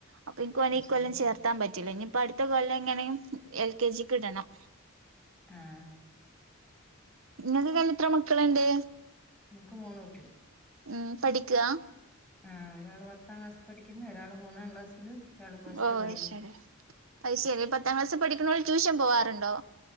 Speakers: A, on the right (about 70°); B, in the centre.
A: അപ്പൊ എനിക്ക് ഓനെ
B: അത്
A: ഈ
B: ശരി
A: കൊല്ലം ചേർ ത്താൻ പറ്റൂല്ല ഇനിയിപ്പ അടുത്ത കൊല്ലം എങ്ങനെയും എൽ കെ ജി ക്കു വിടണം.
B: ആഹ്
A: നിങ്ങൾക്കക്കെ ഇത്ര മക്കളുണ്ട്.
B: എനിക്ക് മൂന്ന് കുട്ടികള്.
A: ഉം പഠിക്കവാ
B: ആഹ് ഒരാള് പത്താം ക്ലാസ്സിൽ പഠിക്കുന്നു. ഒരാള് മൂന്നാം ക്ലാസ്സിലും. ഒരാള് പ്ലസ്
A: ഓഹ്
B: ടു കഴിഞ്ഞു
A: അത്ശരി അത് ശരി പത്താം ക്ലാസ്സിൽ പഠിക്കുന്നോര് ട്യൂഷൻ പോവാറുണ്ടോ.